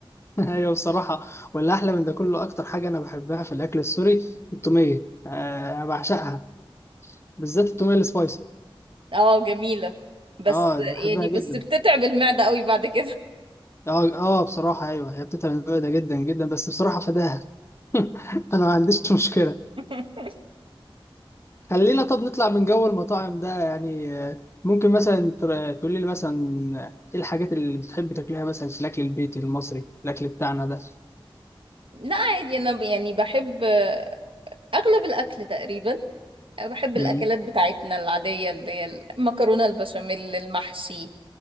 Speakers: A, on the left; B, on the right.
A: <laughs> ايوه بصراحه واللي احلى من ده كله اكتر حاجه انا بحبها في الاكل السوري التوميه آه أنا بعشقها بالذات التوميه السبايسي
B: <laughs> اه جميلة بس
A: اه بحبها
B: يعني
A: جدا
B: بس بتتعب المعدة قوي بعد كده
A: اه اه بصراحه ايوه هي بتتعب المعده ده جدا جدا بس بصراحه فداها <laughs> انا ما عنديش مشكله
B: <laughs>
A: خلينا طب نطلع من جو المطاعم ده يعني آه، ممكن مثلا تقول لي مثلا ايه الحاجات اللي بتحب تاكلها مثلا في الاكل البيتي المصري الاكل بتاعنا ده
B: لا عادي أنا ب- يعني بحب أغلب الأكل تقريبا بحب
A: مم.
B: الأكلات بتاعتنا العادية اللي هي المكرونة البشاميل المحشي